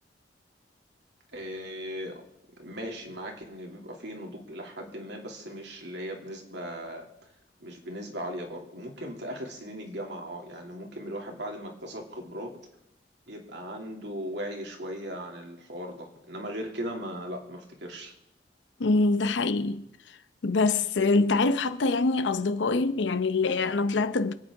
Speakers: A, on the right; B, on the left.
A: إيه ماشي معاك ان بيبقى فيه نضوج الى حد ما بس مش اللي هي بنسبة مش بنسبة عالية برضه ممكن في اخر سنين الجامعة اه يعني ممكن الواحد بعد ما اكتسب خبرات يبقى عنده وعي شوية عن الحوار ده انما غير كده ما لا ما افتكرش
B: مم، ده حقيقي بس انت عارف حتى يعني اصدقائي يعني اللي انا طلعت ب...